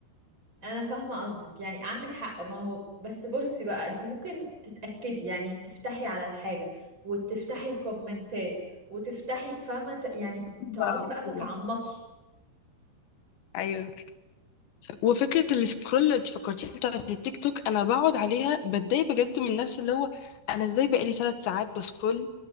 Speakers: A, on the right; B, on the left.
A: انا فاهمة قصدك يعني عندك حق ما هو بس بصي بقى انت ممكن تتأكدي يعني تفتحي على الحاجة وتفتحي الكومنتات وتفتحي فاهمة ت- يعني
B: بقى
A: تقعدي بقى
B: وكده
A: تتعمقي
B: ايوه وفكرة السكرول اللي انت فكرتيها بتاعت التيك توك أنا بقعد عليها بتضايق بجد من نفسي اللي هو أنا ازاي بقالي ثلاث ساعات بسكرول